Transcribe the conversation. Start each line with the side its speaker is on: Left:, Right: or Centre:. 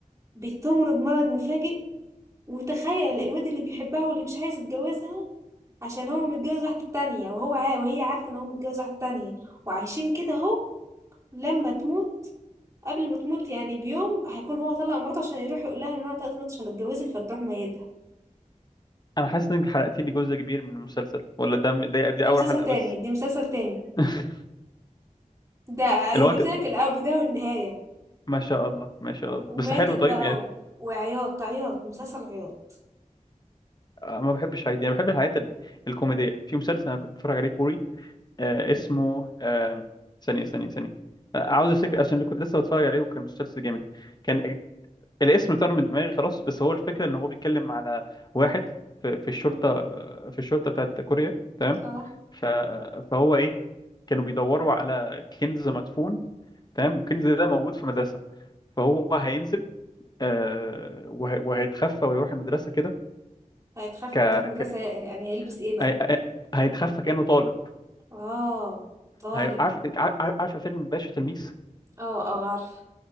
Right: بتمرض مرض مفاجئ وتخيل الواد اللي بيحبها واللي مش عايز يتجوزها عشان هو متجوز واحدة تانية وهو عا وهي عارفة ان هو متجوز واحدة تانية وعايشين كده اهو لما تموت قبل ما تموت يعني بيوم هيكون هو طلق مراته عشان يروح يقول لها ان انا طلقت مراتي عشان اتجوزك فتروح ميتها
Left: انا حاسس انك حرقت لي جزء كبير من المسلسل ولا ده ده دي
Right: ده
Left: اول
Right: مسلسل
Left: حلقه
Right: تاني
Left: بس
Right: دي مسلسل تاني
Left: <laughs>
Right: ده
Left: اللي هو
Right: جبت
Left: ت-
Right: لك البداية والنهاية
Left: ما شاء الله ما شاء الله
Right: وماتت
Left: بس حلو طيب
Right: بقى
Left: يعني
Right: و... وعياط عياط مسلسل عياط
Left: آه، ما بحبش عادي يعني بحب الحاجات ال... الكوميدية في مسلسل انا كنت بتفرج عليه كوري آه اسمه آه ثانية ثانية ثانية آه، عاوز افتكر عشان كنت لسه بتفرج عليه وكان مسلسل جامد كان الاسم طار من دماغي خلاص بس هو الفكرة ان هو بيتكلم على واحد في, في الشرطة
Right: مم.
Left: في الشرطة بتاعت كوريا تمام
Right: اه
Left: ف... فهو ايه كانوا بيدوروا على كنز مدفون تمام والكنز ده موجود في مدرسة فهو هينزل آه، وه- وهيتخفى ويروح المدرسة كده
Right: هيتخفى
Left: ك...
Right: يروح مدرسة
Left: ك...
Right: يعني هيلبس ايه بقى
Left: هي- هي- هيتخفى كأنه طالب
Right: اه طالب
Left: هي- عارف عارف عارف فيلم باشا تلميذ
Right: اه اه عارفة